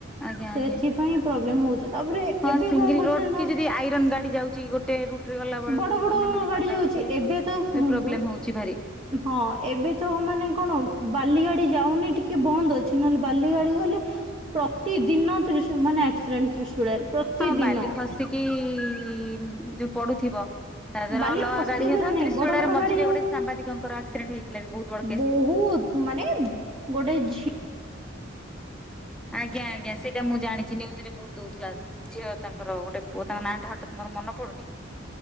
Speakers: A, in the centre; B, on the right.
A: ଆଜ୍ଞା
B: ସେଥି
A: ଆଜ୍ଞା।
B: ପାଇଁ ପ୍ରବଲେମ୍ ହଉଚି। ତାପରେ
A: ହଁ
B: ଏବେ
A: ସିଙ୍ଗଲ
B: କଣ କରୁଛନ୍ତି
A: ରୋଡ
B: ନା
A: କି ଯଦି ଆଇରନ୍ ଗାଡି ଯାଉଛି ଗୋଟେ ରୁଟ ରେ ଗଲା ବେଳକୁ
B: ବଡ ବଡ
A: ଅନ୍ୟମାନେ
B: ଗାଡି
A: ଗଲା
B: ଯାଉ
A: ବେଳକୁ
B: ଚି
A: ବି
B: ଏବେ ତ ଶୁଣନ୍ତୁ
A: ପ୍ରୋବ୍ଲେମ ହଉଛି ଭାରି
B: ହଁ ଏବେ ତ ମାନେ କଣ ବାଲି ଗାଡି ଯାଉନି ଟିକେ ବନ୍ଦ ଅଛି। ନହେଲେ ବାଲି ଗାଡି ଗଲେ ପ୍ରତିଦିନ ତ୍ରିଶ ମାନେ ଆକ୍ସିଡେଣ୍ଟ ତ୍ରିଶୂଳିଆରେ। ପ୍ରତିଦିନ
A: ହଁ ବାଲି ଖସିକି ଇ ଯୋଉ ପଡୁଥିବ। ତା ଧୀଏରେ
B: ବାଲି
A: ଅଲଗା
B: ଖସିବାର
A: ଗାଡି ହେଇଥାଉ।
B: ନାହିଁ
A: ତ୍ରିଶୁଳିଆରେ
B: ବଡ଼ ବଡ଼
A: ମଝିରେ
B: ଗାଡ଼ି
A: ଗୋଟେ ସାମ୍ବାଦିକଙ୍କର ଆକ୍ସିଡେଣ୍ଟ ହେଇଥିଲା ବି ବହୁତ ବଡ଼
B: ବହୁତ୍ ମାନେ ଗୋଟେ ଝି
A: ଆଜ୍ଞା ଆଜ୍ଞା ସେଇଟା ମୁଁ ଜାଣିଛି। ନ୍ୟୁଜରେ ବହୁତ ଦଉଥିଲା। ଝିଅ ତାଙ୍କର ଗୋଟେ ପୁଅ ତାଙ୍କ ନାଁ ଟା ହଠାତ୍ ମୋର ମନେ ପଡୁନି।